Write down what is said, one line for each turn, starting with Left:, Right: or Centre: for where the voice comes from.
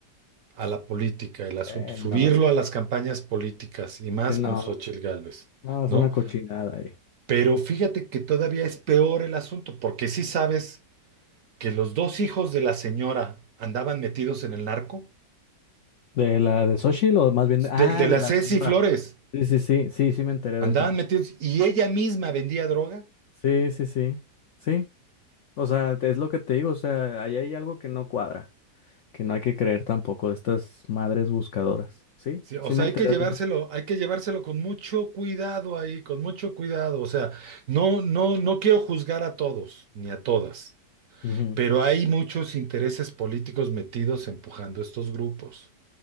Right: a la política, el asunto,
Left: Eh,
Right: subirlo
Left: no, es que,
Right: a las campañas políticas y más
Left: que no,
Right: con Xóchitl Gálvez,
Left: no, es
Right: ¿no?
Left: una cochinada
Right: Pero fíjate que todavía es peor el asunto, porque sí sabes que los dos hijos de la señora andaban metidos en el narco,
Left: ¿De la de Xochitl o más bien de... Ah,
Right: de, de
Left: de
Right: la
Left: la
Right: Ceci
Left: señora.
Right: Flores,
Left: Sí, sí, sí, sí, sí me enteré
Right: andaban
Left: de eso.
Right: metidos y ella misma vendía droga.
Left: Sí, sí, sí, sí. O sea, es lo que te digo, o sea, ahí hay algo que no cuadra, que no hay que creer tampoco de estas madres buscadoras. Sí,
Right: Sí, o
Left: sí
Right: sea,
Left: me enteré
Right: hay que llevárselo,
Left: de eso.
Right: hay que llevárselo con mucho cuidado ahí, con mucho cuidado. O sea, no, no, no quiero juzgar a todos ni a todas,
Left: Ujú,
Right: pero hay muchos intereses políticos metidos empujando estos grupos,